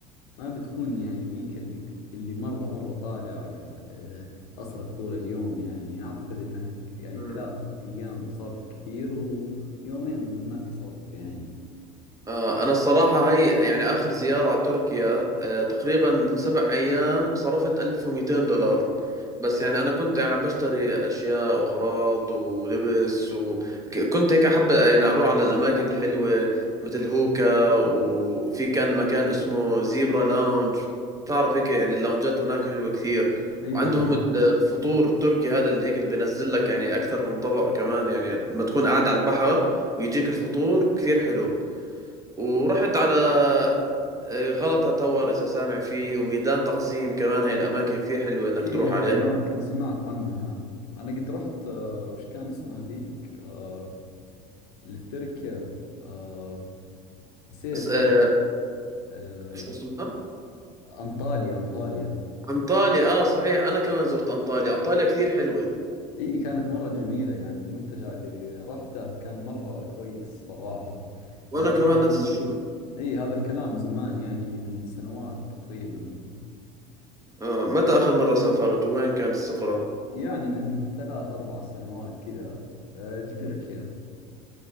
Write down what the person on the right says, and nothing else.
مم.
آه انا الصراحة هي يعني اخر زيارة على تركيا آه تقريبا سبع ايام صرفت 1200 دولار بس يعني انا كنت يعني بشتري اشياء واغراض ولبس وكنت هيك احب يعني اروح على الاماكن الحلوه مثل هوكا وفي كان مكان اسمه زيبرا لاونج بتعرف هيك يعني اللونجات هناك حلوه كثير
وعندهم ال- الفطور التركي هذا اللي هيك اللي بينزل لك يعني اكثر من طبق كمان يعني لما تكون قاعد على البحر ويجيك الفطور كثير حلو ورحت على آه، غلطة تاور إذا سامع فيه وميدان تقسيم كمان هاي الأماكن كثير حلوة إنك
تروح
عليها
بس آه
شو اسمها
انطاليا اه صحيح انا كمان زرت انطاليا انطاليا كثير حلوة
وانا
كمان
نفس
الشيء
آه متى اخر مرة سافرت وين كانت السفرة